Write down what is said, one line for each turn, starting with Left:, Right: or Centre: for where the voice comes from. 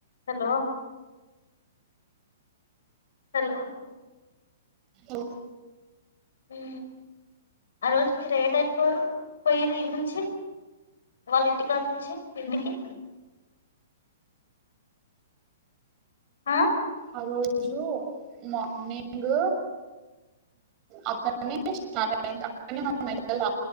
Left: Hello hello
Right: ఓ
Left: హు ఆ రోజు మీరు లేట్ అయిపోరు పోయిరు ఈడ నుంచి వాళ్ళ ఇంటికాడ నుంచి మీ ఇంటికి ఆ
Right: ఆ రోజు మార్నింగ్ అక్కడనే స్టార్ట్ అయనం అడ మన